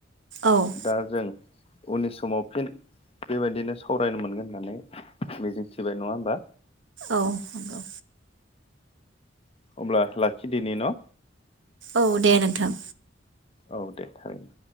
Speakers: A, on the right; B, on the left.
A: औ
B: दा जों उननि समाव फिन बेबायदिनो सावरायनो मोनगोन होननानै मिजिंथिबाय नङा होमबा
A: औ नंगौ
B: अब्ला लाखिदिनि न'
A: औ दे नोंथां
B: औ दे थारैनो